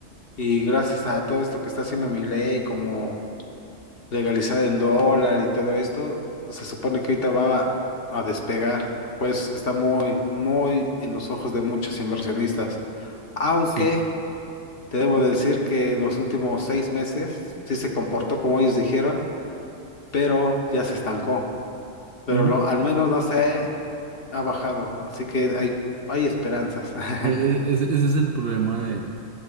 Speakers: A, on the left (about 50°); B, on the right (about 60°).
A: y gracias a todo esto que está haciendo mi ley como legalizar en dólar y todo esto, se supone que ahorita va a despegar. Por eso es que está muy, muy en los ojos de muchos inversionistas. Aunque
B: sí.
A: te debo decir que los últimos seis meses sí se comportó como ellos dijeron, pero ya se estancó. Pero
B: Ujú.
A: lo- al menos no sé ha bajado, así que hay, hay esperanzas. <laughs>
B: E- e- ese, ese es el problema de,